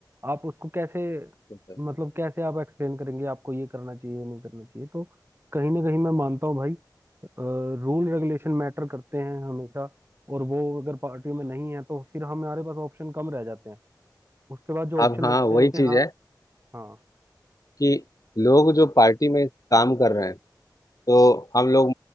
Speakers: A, on the right; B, on the left.
A: आप उसको कैसे
B: हम्म।
A: मतलब कैसे आप एक्सप्लेन करेंगे आपको ये करना चाहिए ये नहीं करना चाहिए तो कहीं ना कहीं मैं मानता हूँ भाई रूल रेगुलेशन मैटर करते हैं हमेशा और वो अगर पार्टियों में नहीं है तो फिर हमारे पास ऑप्शन कम रह जाते हैं उसके बाद जो ऑप्शन
B: अब हाँ
A: बचते
B: वही
A: हैं कि
B: चीज
A: हाँ
B: है
A: हाँ
B: कि लोग जो पार्टी में काम कर रहे हैं तो हम लोग